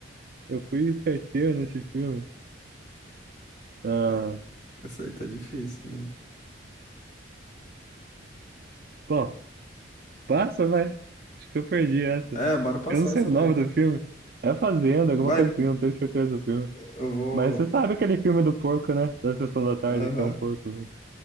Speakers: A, on the right; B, on the left.
A: Eu fui certeiro nesse filme. Ah,
B: É, Essa aí tá difícil mesmo.
A: bom, passa, vai. Acho que eu perdi essa.
B: É, bora passar
A: Eu não sei
B: essa
A: o
B: daí.
A: nome do filme. É a Fazenda, alguma
B: Vai,
A: coisa assim, não tenho certeza do filme.
B: eu vou.
A: Mas você sabe aquele filme do porco, né? Da Sessão da Tarde,
B: Aham.
A: que é um porco, né?